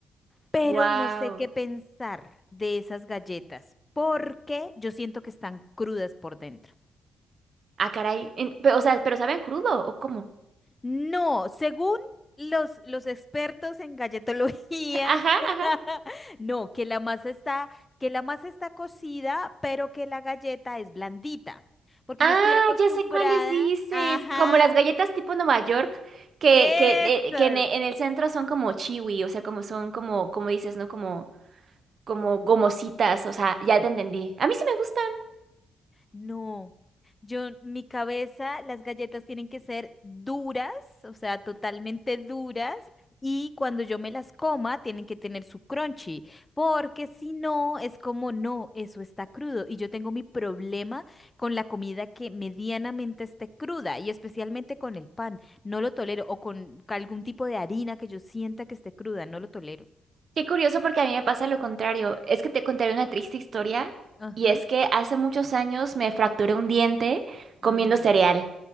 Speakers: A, on the left; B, on the right.
A: pero
B: Wow.
A: no sé qué pensar de esas galletas, porque yo siento que están crudas por dentro.
B: Ah, caray. en- pe- o sea, ¿pero saben crudo o cómo?
A: No, según los, los expertos en galletología,
B: <laughs> Ajá,
A: <laughs>
B: ajá.
A: no, que la masa está, que la masa está cocida, pero que la galleta es blandita, porque
B: Ah,
A: yo estoy acostumbrada,
B: ya sé cuáles dices.
A: ajá,
B: Como las galletas tipo Nueva York, que,
A: eso,
B: que, de- que en, e- en el centro son como chiwi, o sea, como son como, como dices, ¿no? Como, como gomositas, o sea, ya te entendí. A mí sí me gustan.
A: No, yo, mi cabeza, las galletas tienen que ser duras, o sea, totalmente duras, y cuando yo me las coma, tienen que tener su crunchy, porque si no, es como, no, eso está crudo, y yo tengo mi problema con la comida que medianamente esté cruda, y especialmente con el pan, no lo tolero, o con algún tipo de harina que yo sienta que esté cruda, no lo tolero.
B: Qué curioso porque a mí me pasa lo contrario. Es que te contaré una triste historia
A: Ajá.
B: y es que hace muchos años me fracturé un diente comiendo
A: Mm.
B: cereal.